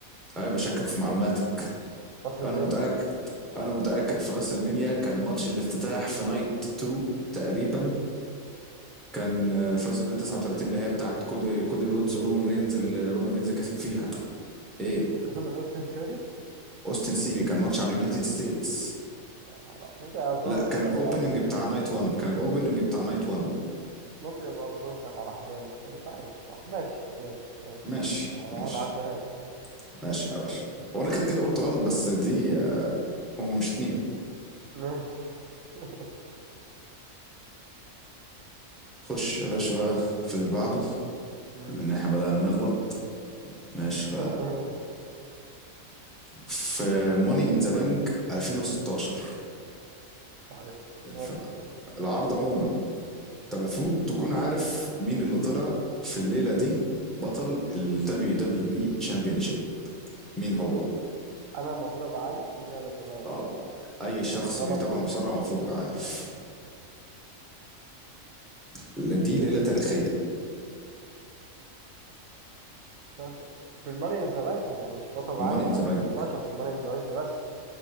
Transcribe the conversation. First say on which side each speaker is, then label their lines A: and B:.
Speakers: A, in the centre; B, on the right (about 70°).
A: ايوه بشكك في معلوماتك
B: راسلمانيا
A: انا متاكد انا متاكد في راس المنيا كان ماتش الافتتاح في نايت 2 تقريبا كان آه، في راس المنيا 39 اللي هي بتاعت كودي, كودي رودز ورومان رينز اللي رومان رينز كسب فيها ايه
B: خسر من أوستن ثيوري؟
A: اوستن سيري كان ماتش على اليونايتد ستيتس
B: يعني هقول- ممكن أظلم
A: لا
B: الحزام
A: كان الاوبننج بتاع نايت 1 كان الاوبننج بتاع نايت 1
B: ممكن يبقى الظلم كان على حزام مثلا مش عارف الصح ماشي ماشي ماشي
A: ماشي
B: يعني
A: ماشي
B: هنعديها لك
A: ماشي يا باشا هو انا كده كده قلت غلط بس دي آه، هما مش اتنين
B: ماشي <laughs>
A: خش يا باشا بقى في اللي بعده
B: مم.
A: ان احنا بدأنا نغلط ماشي
B: <laughs>
A: بقى في ماني ان ذا بانك 2016
B: مش عارف ماشي
A: ف- العرض عموما انت المفروض تكون عارف مين اللي طلع في الليله دي بطل ال WWE Championship مين هو
B: انا المفروض ابقى عارف مين قال لك ان انا المفروض
A: اه
B: ابقى عارف
A: اي شخص
B: انا مطالب
A: بيتابع
B: يعني
A: مصارعه
B: ان انا
A: المفروض يبقى عارف لأن دي ليله
B: كده
A: تاريخيه
B: 16 في الماني ان ذا بانك يعني مش بطل العالم
A: الماني ان
B: في
A: ذا
B: 2016
A: بانك
B: في الماني ان ذا بانك بس